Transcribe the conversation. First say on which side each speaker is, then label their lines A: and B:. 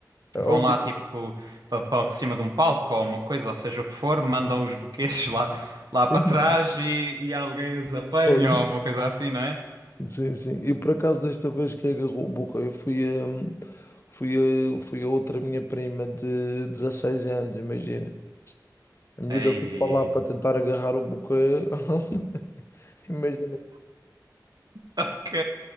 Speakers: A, on the left (about 35°); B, on the right (about 65°).
A: Olha,
B: Vão lá tipo pa- para cima de um palco ou uma coisa, ou seja o que for, mandam os buquês <laughs> lá, lá
A: sim,
B: para trás e, e alguém os apanha
A: olha,
B: ou uma coisa assim, não é?
A: sim, sim. E por acaso desta vez que agarrou a boca, eu fui a, fui a, fui a outra minha prima de 16 anos, imagina. A miúda
B: Ei.
A: foi para lá para
B: <laughs>
A: tentar agarrar o boca. <laughs> Imagina.
B: Ok.